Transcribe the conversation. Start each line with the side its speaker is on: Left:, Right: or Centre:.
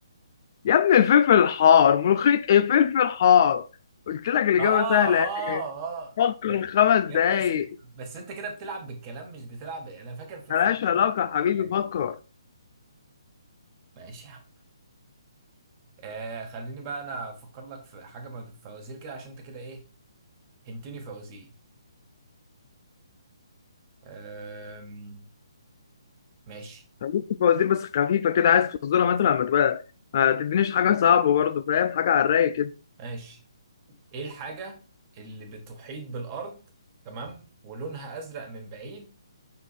Left: يا ابني الفلفل الحار ملوخيه ايه فلفل حار قلت لك الاجابه
Right: آه آه
Left: سهله
Right: آه
Left: فكر
Right: ده-
Left: خمس دقايق
Right: يا ابني بس بس أنت كده بتلعب بالكلام مش بتلعب أنا فاكر فلفل
Left: ملهاش
Right: أحمر
Left: علاقة يا حبيبي
Right: في الأكل.
Left: فكر
Right: ماشي يا عم آه خليني بقى أنا أفكر لك في حاجة بعد- فوازير كده عشان أنت كده إيه هنتني فوازير آم، ماشي
Left: ممكن فوازير بس خفيفة كده عايز تصدرها مثلا ما تبقى ما تدينيش حاجة صعبة برضه فاهم حاجة على الرايق كده
Right: ماشي ايه الحاجة اللي بتحيط بالأرض تمام ولونها أزرق من بعيد